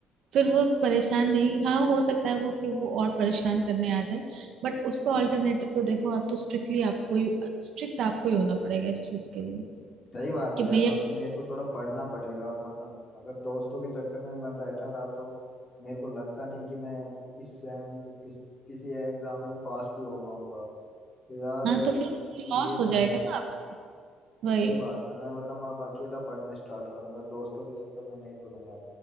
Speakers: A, on the right; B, on the left.
A: फिर वो परेशान नहीं हाँ हो सकता है वो कि वो और परेशान करने आ जाए बट उसका ऑल्टरनेटिव तो देखो आप तो स्ट्रिक्टली आपको ही स्ट्रिक्ट आपको ही होना पड़ेगा इस चीज के लिए
B: सही बात
A: कि
B: है यार
A: भैया
B: मतलब मेरे को थोड़ा पढ़ना पड़ेगा मतलब अगर दोस्तों के चक्कर में मैं बैठा रहा तो मेरे को लगता नहीं कि मैं इस सेम इस किसी एग्जाम में पास भी हो पाऊंगा तो यार
A: हाँ तो फिर लॉस
B: तुम ये
A: हो जाएगा
B: तो है
A: ना आप वही
B: सही बात है मैं मतलब अब अकेला पढ़ना स्टार्ट करूंगा दोस्तों के चक्कर में नहीं पढ़ूंगा